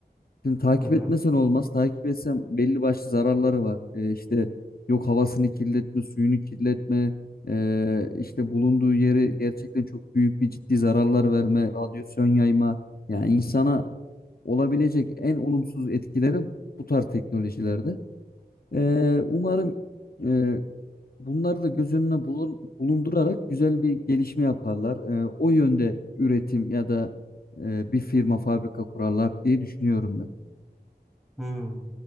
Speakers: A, on the left (about 60°); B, in the centre.
A: Şimdi takip
B: Hı hı.
A: etmesen olmaz. Takip etsem belli başlı zararları var. Ee, işte yok havasını kirletme, suyunu kirletme, ee, işte bulunduğu yeri gerçekten çok büyük bir ciddi zararlar verme, radyasyon yayma. Yani insana olabilecek en olumsuz etkileri bu tarz teknolojilerde. Ee, umarım ee, bunları da göz önüne bulur- bulundurarak güzel bir gelişme yaparlar. Ee, o yönde üretim ya da ee, bir firma, fabrika kurarlar diye düşünüyorum ben.
B: Hı.